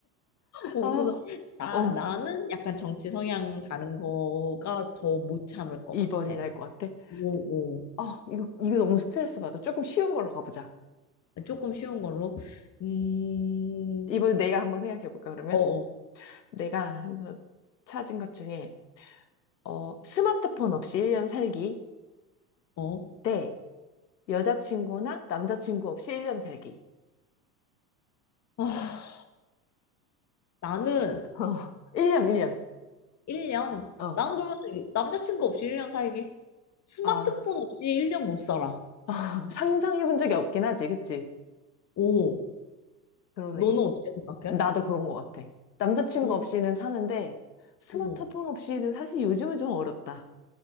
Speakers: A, on the left (about 35°); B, on the left (about 90°).
A: <laughs> 어,
B: 아,
A: 그래서 나,
B: 어.
A: 나는 약간 정치 성향 다른 거가 더 못 참을 것
B: 2번이
A: 같아.
B: 날 것 같아.
A: 오, 오.
B: 아, 이거, 이거 너무 스트레스 받아. 조금 쉬운 걸로 가보자.
A: 조금 쉬운 걸로. 음,
B: 이번에 내가 한번 생각해 볼까, 그러면?
A: 어, 어,
B: 내가 한번 찾은 것 중에, 어, 스마트폰 없이 1년 살기
A: 어.
B: 대 여자친구나 남자친구 없이 1년 살기.
A: 아, 나는
B: 어, <laughs> 1년, 1년.
A: 1년.
B: 어,
A: 난 그러면 남자친구 없이 1년 살기. 스마트폰
B: 아,
A: 없이 1년 못 살아.
B: <laughs> 상상해 본 적이 없긴 하지, 그치?
A: 오,
B: 그러네.
A: 너는 어떻게 생각해?
B: 나도 그런 것 같아. 남자친구
A: 오,
B: 없이는 사는데, 스마트폰
A: 오.
B: 없이는 사실 요즘은 좀 어렵다.